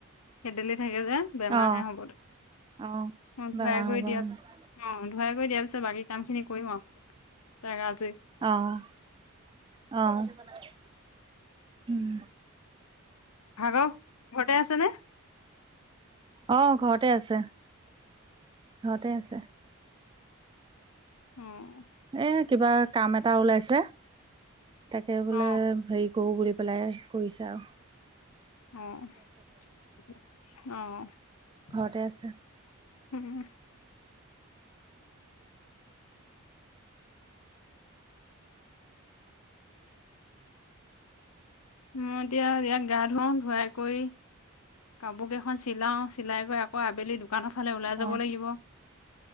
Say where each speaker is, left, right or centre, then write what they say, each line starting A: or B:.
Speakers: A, on the left; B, on the right.
A: খেদেলি থাকে যে, বেমাৰ
B: অ
A: হে হ'ব তাৰ,
B: অ
A: মই ধুৱাই
B: বেমাৰ
A: কৰি
B: হ'ব
A: দিয়া
B: অ
A: পিছত, অ'। সহায় কৰি দিয়াৰ পিছত বাকী কাম খিনি কৰিম আও। তাক আক
B: অৱ অৱ উম।
A: ভাগ ঘৰতে আছে নে?
B: অৱ ঘৰতে আছে। ঘৰতে আছে।
A: অৱ।
B: এ কিবা কাম এটা ওলাইছে। তাকে বোলে
A: অ
B: হেই কৰো বুলি পেলাই কৰিছে আও।
A: অৱ, অৱ।
B: ঘৰতে আছে
A: উম। মই এতিয়া ইয়াক গা ধুৱাও ধুৱাই কৰি কাপোৰ কেইখন চিলাও চিলাই গৈ আকৌ আবেলি দু দোকানৰ ফালে ওলাই
B: অ
A: যাব লাগিব।